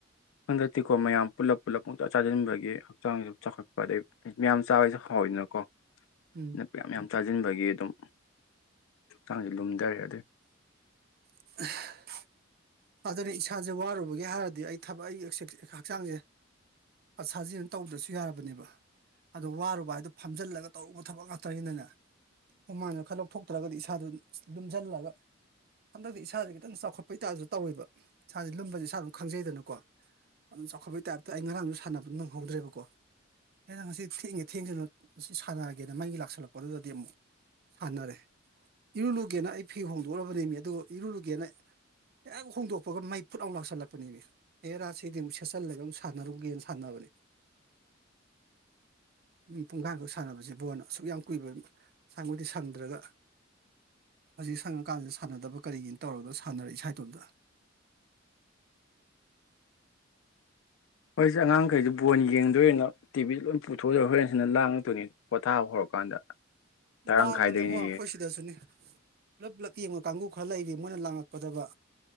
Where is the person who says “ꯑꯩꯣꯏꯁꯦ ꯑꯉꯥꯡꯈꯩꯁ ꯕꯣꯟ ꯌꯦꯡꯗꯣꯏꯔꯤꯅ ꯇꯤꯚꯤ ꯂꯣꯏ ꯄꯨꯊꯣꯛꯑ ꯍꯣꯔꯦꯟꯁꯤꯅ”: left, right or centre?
Left